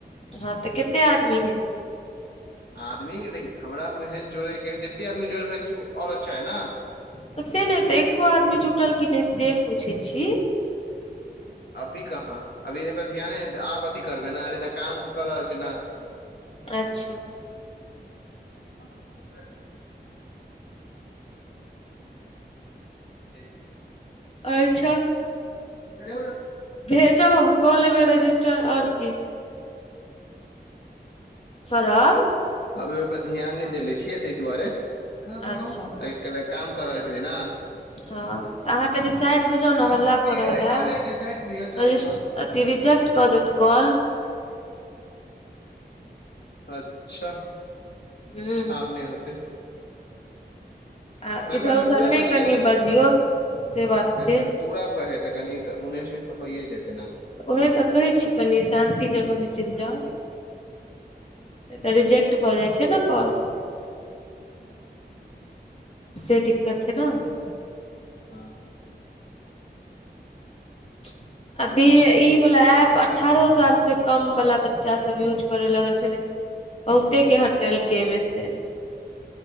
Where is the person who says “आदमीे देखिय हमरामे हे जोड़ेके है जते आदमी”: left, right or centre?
Left